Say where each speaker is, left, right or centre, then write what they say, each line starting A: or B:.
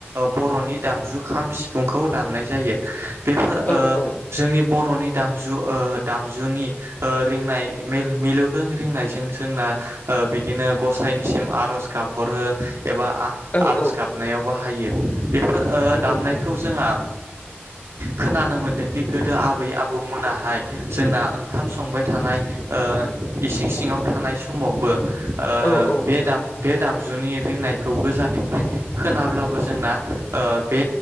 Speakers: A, on the right; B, on the left.
A: बर'नि दामजु सिफुंखौव दा‌मनाय जायों बेफोर आ
B: औ औ
A: जोंनि बर'नि दामजु दामजुनि र मिलौदों रिनायजों जोंना बिदिनो गसाइनिसिम आर'ज गाबहरो एबा
B: औ
A: आर'ज
B: औ
A: गाबनायाव बाहायो बेफोर आ
B: नंगौ
A: दामनायखौ जोंहा खोनानो मोनदोंदि गोदो आबै आबौमोनाहाय जोंना ओंखाम संबाय थानाय इसिं सिङाव थानाय समावबो आ
B: औ औ
A: बे दाम बे दामजुनि रिंनायखौ गोजाननिफ्राय खोनाब्लाबो जोंना ओ बे